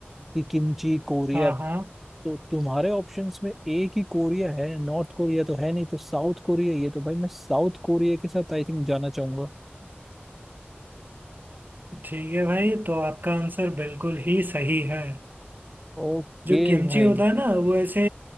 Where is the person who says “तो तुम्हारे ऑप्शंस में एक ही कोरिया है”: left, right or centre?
Centre